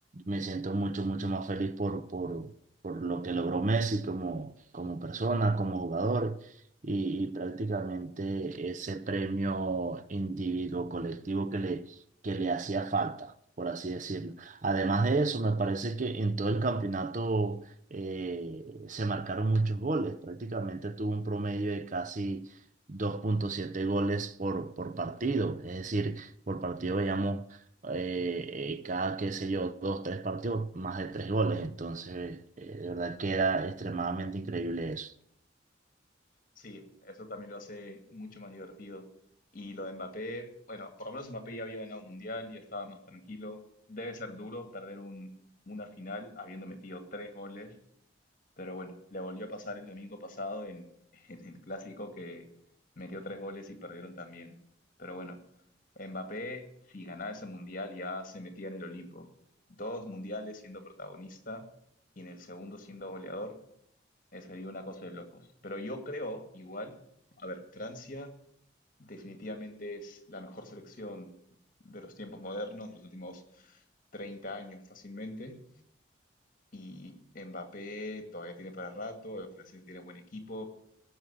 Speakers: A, on the right; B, on the left.
A: me siento mucho, mucho más feliz por, por, por lo que logró Messi como, como persona, como jugador y, y prácticamente ese premio individuo colectivo que le que le hacía falta, por así decirlo. Además de eso, me parece que en todo el campeonato eh, se marcaron muchos goles, prácticamente tuvo un promedio de casi 2.7 goles por, por partido, es decir, por partido veíamos eh, eh, cada, qué sé yo, dos, tres partidos, más de tres goles, entonces eh, de verdad que era extremadamente increíble eso.
B: Sí, eso también lo hace mucho más divertido. Y lo de Mbappé, bueno, por lo menos Mbappé ya había ganado un mundial, ya estaba más tranquilo. Debe ser duro perder un- una final habiendo metido tres goles, pero bueno, le volvió a pasar el domingo pasado en, <laughs> en el clásico que metió tres goles y perdieron también. Pero bueno, Mbappé, si ganaba ese mundial, ya se metía en el Olimpo. Dos mundiales siendo protagonista y en el segundo siendo goleador. Eh, Sería una cosa de locos. Pero yo creo, igual, a ver, Francia definitivamente es la mejor selección de los tiempos modernos, de los últimos 30 años fácilmente. Y Mbappé todavía tiene para rato, el francés tiene buen equipo.